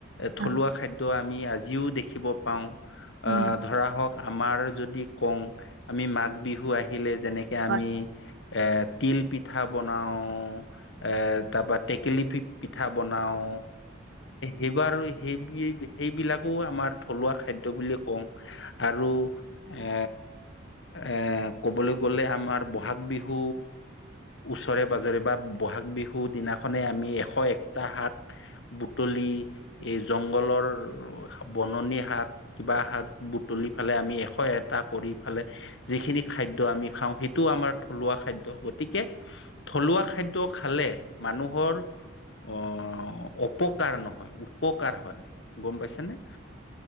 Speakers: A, on the left; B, on the right.
A: থলুৱা
B: হয়
A: খাদ্য আমি আজিও দেখিব পাও
B: উম
A: আ ধৰা হক আমাৰ যদি কং আমি মাঘ বিহু আহিলে যেনেকে
B: হয়
A: আমি এ তিল পিঠা বনাও এ তাপা টেকেলি পিঠা বন বনাও এইবাৰ সেই সেইবিলাকো আমাৰ থলুৱা খাদ্য বুলিও কওঁ। আৰু এ এ কবলৈ গলে আমাৰ বহাগ বিহু ওচৰে পাজৰে বা বহাগ বিহু দিনাখনে আমি আমি এশ একটা শাক বুটলি এই জংঘলৰ বননি শাক কিবা শাক বুটলি ফালে আমি এশ এটা কৰি ফালে যিখিনি খাদ্য আমি খাওঁ সেইটো আমাৰ থলুৱা খাদ্য গতিকে থলুৱা খাদ্য খালে মানুহৰ অ অপকাৰ নহয় উপকাৰ হয় গম পাইছা নে